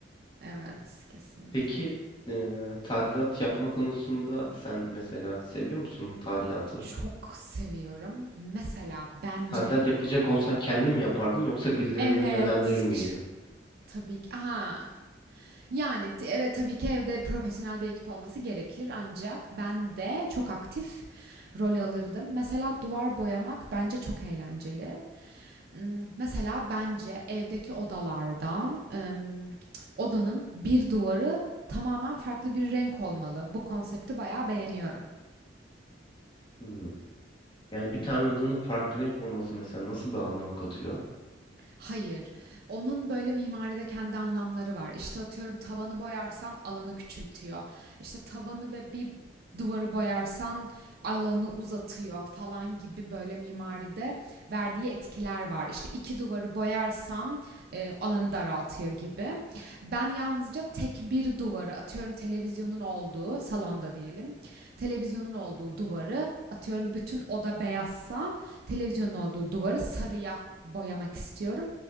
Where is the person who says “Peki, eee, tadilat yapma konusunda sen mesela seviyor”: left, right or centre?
Left